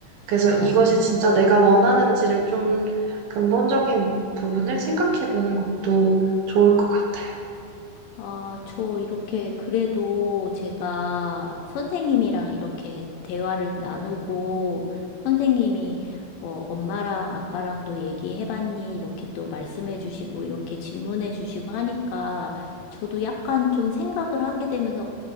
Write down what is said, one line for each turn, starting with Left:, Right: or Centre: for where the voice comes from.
Right: 그래서
Left: 아,
Right: 이것이 진짜 내가 원하는지를 좀 근본적인 부분을 생각해보는 것도 좋을 것 같아요.
Left: 아, 저 이렇게 그래도 제가 선생님이랑 이렇게 대화를 나누고 선생님이 어, 엄마랑 아빠랑도 얘기해봤니? 이렇게 또 말씀해주시고 이렇게 질문해주시고 하니까 저도 약간 좀 생각을 하게 되면서